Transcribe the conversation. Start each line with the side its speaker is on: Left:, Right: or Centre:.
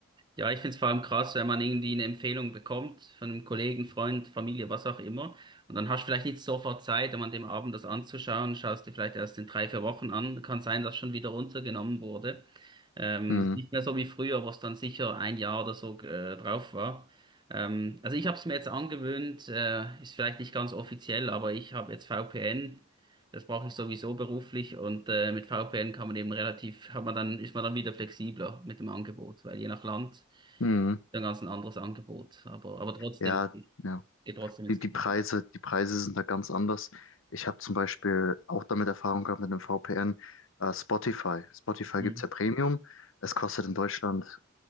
Right: Ja, ich find's vor allem krass, wenn man irgendwie eine Empfehlung bekommt von einem Kollegen, Freund, Familie, was auch immer. Und dann hast du vielleicht nicht sofort Zeit, um an dem Abend das anzuschauen, schaust dir vielleicht erst in drei, vier Wochen an. Kann sein, dass schon wieder runtergenommen wurde. Ähm,
Left: Hm,
Right: das ist nicht mehr so wie früher, was dann sicher ein Jahr oder so äh, drauf war. Ähm, also ich habe es mir jetzt angewöhnt, äh, ist vielleicht nicht ganz offiziell, aber ich habe jetzt VPN. Das brauche ich sowieso beruflich und äh, mit VPN kann man eben relativ, hat man dann, ist man dann wieder flexibler mit dem Angebot, weil je nach Land.
Left: hm.
Right: Dann ganz ein anderes Angebot, aber, aber trotzdem,
Left: Ja,
Right: geht
Left: ja.
Right: trotzdem ins
Left: die, die
Right: Geld.
Left: Preise, die Preise sind da ganz anders. Ich habe zum Beispiel auch damit Erfahrung gehabt mit dem VPN, äh, Spotify. Spotify
Right: Mhm.
Left: gibt's ja Premium. Es kostet in Deutschland,